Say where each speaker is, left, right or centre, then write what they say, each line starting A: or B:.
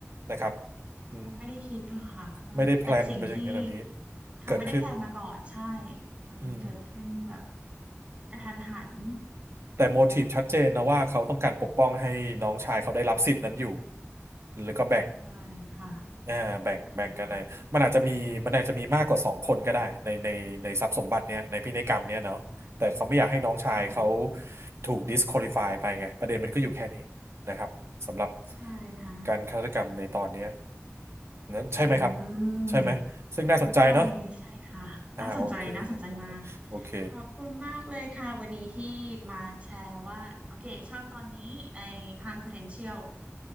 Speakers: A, on the right (about 60°); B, on the right (about 25°).
A: นะครับอืม
B: เขาไม่ได้คิดหรอกค่ะเพราะมันเป็นสิ่งที่
A: ไม่ได้แพลนไปถึงขนาดนี้
B: เขาไม่ได้แพลนมาก่อนใช่
A: เกิดขึ้น
B: มันเกิดขึ้นแบบ
A: อืม
B: กระทันหัน
A: แต่โมทีฟชัดเจนนะว่าเขาต้องการปกป้องให้น้องชายเขาได้รับสิทธิ์นั้นอยู่แล้วก็แบ่ง
B: ใช่ค่ะ
A: อ่าแบ่งแบ่งกันในมันอาจจะมีมันอาจจะมีมากกว่าสองคนก็ได้ในในในทรัพย์สมบัติเนี่ยในพินัยกรรมเนี่ยเนาะแต่เขาไม่อยากให้น้องชายเขา
B: ใช่ค่ะค่ะ
A: ถูก disqualify ไปไงประเด็นมันก็อยู่แค่นี้นะครับสำหรับ
B: ใช่ค่ะ
A: การฆาตกรรมในตอนเนี้ยนั้นใช่ไหมครับ
B: อืม
A: ใช่ไหมซึ่งน่าสนใจเนาะ
B: ใช่ใช่ค่ะน่าสนใจน่าสนใจมาก
A: อ่าโอเคโอเค
B: ขอบคุณมากเลยค่ะวันนี้ที่มาแชร์ว่าโอเคชอบตอนนี้ใน High Potential